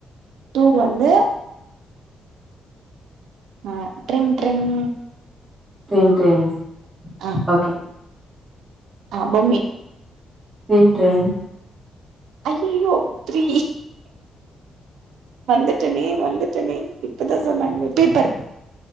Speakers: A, on the right; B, on the right.
A: டூ வந்து ஆ ட்ரிங் ட்ரிங்
B: ட்ரிங் ட்ரிங்
A: ஆ
B: ஓகே
A: ஆ பொம்மி
B: ட்ரிங் ட்ரிங்
A: ஐயயோ த்ரீ வந்துட்டனே வந்துட்டனே இப்பதா சொன்னாங்களே paper